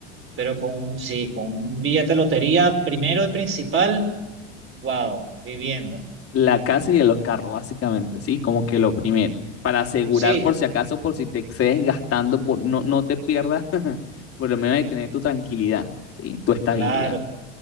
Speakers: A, on the right; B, on the left.
A: pero con un, sí, con un billete de lotería primero y principal, wow, vivienda.
B: la casa y de los carros, básicamente, ¿sí? Como que lo primero, para asegurar
A: Sí,
B: por si acaso, por si te excedes gastando, por, no, no te pierdas, <laughs> por lo menos de tener tu tranquilidad, ¿sí? Tu estabilidad.
A: claro,